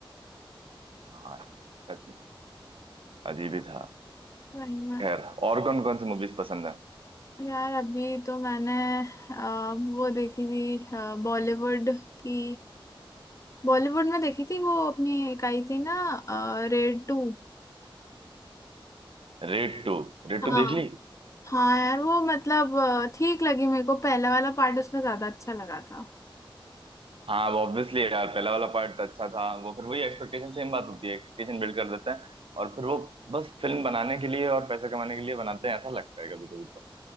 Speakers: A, on the right (about 75°); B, on the left (about 35°).
A: हाँ सच में अजीब ही था
B: सही में।
A: खैर और कौन कौन सी मूवीज पसंद है
B: यार अभी तो मैंने अ, वो देखी थी बॉलीवुड की बॉलीवुड में देखी थी वो अपनी एक आई थी ना रेड टू
A: Raid two रेड
B: हाँ
A: टू देख ली
B: हाँ यार वो मतलब अ, ठीक लगी मेरे को पहला वाला पार्ट उसका ज्यादा अच्छा लगा था
A: हाँ वो ऑब्वियसली यार पहला वाला पार्ट अच्छा था वो फिर वही एक्सपेक्टेशन सेम बात होती है एक्सपेक्टेशन बिल्ड कर देते हैं और फिर वो बस फिल्म बनाने के लिए और पैसा कमाने के लिए बनाते हैं ऐसा लगता है कभी कभी तो